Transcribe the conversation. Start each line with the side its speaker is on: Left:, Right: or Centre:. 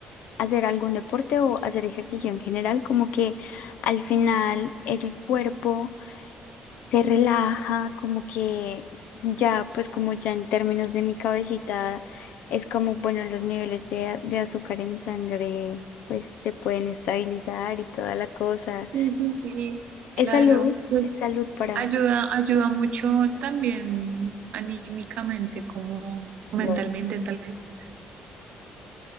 Left: hacer algún deporte o hacer ejercicio en general, como que al final el cuerpo se relaja, como que ya, pues como ya en términos de mi cabecita, es como, bueno, los niveles de, a- de azúcar en sangre pues se pueden estabilizar y toda la cosa.
Right: Ujú, Sí, claro.
Left: Es salud,
Right: Pues,
Left: es salud para...
Right: Ayuda, ayuda mucho también anímicamente como mentalmente
Left: Wow.
Right: tal vez.